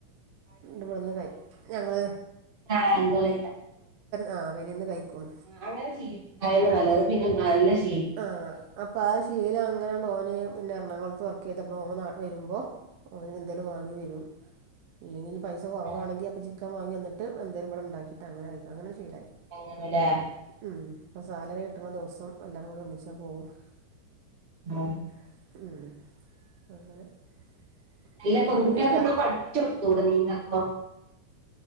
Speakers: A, on the right; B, on the right.
A: ഇവിടുന്ന് കൈ ഞങ്ങൾ
B: ആ അൻപോള
A: ആ പെരീന്ന് കഴിക്കും
B: ആ അങ്ങനെശീലിപ്പിക്കായിരുന്നു നല്ലത് പിന്നെനല്ലഷ്
A: ആ അപ്പൊ ശീലം അങ്ങനെയണ്ടോന് പിന്നെ എറണാകുളത്ത് വർക്ക് ചെയ്തപ്പ ഓ നാട്ടിൽ വരുമ്പോ ഓന് എന്തെലും വാങ്ങി വരും അല്ലെങ്കിൽ ഇനി പൈസ കുറവാണെങ്കിൽ
B: ആ,
A: അപ്പോൾ ചിക്കൻ വാങ്ങി വന്നിട്ട് എന്തങ്കും ഇവി ഉണ്ടാക്കിട്ട് അങ്ങന ആയിരിക്കും അങ്ങനെ ശീലായി
B: അങ്ങനെല്ലേ
A: ഉ ഇപ്പോ സാലറി കിട്ടുന്ന ദിവസംല്ല നമ്മളും ഒന്നിച്ചാ പോകു വ
B: ആ
A: <unintelligible>
B: നല്ല പെൺകുട്ടികൾക്കെന്നാ
A: അൽഹംദുലില്ലാഹ്
B: പഠിപ്പിച്ച കൊടുത്തൂടെ നീന്തക്കോ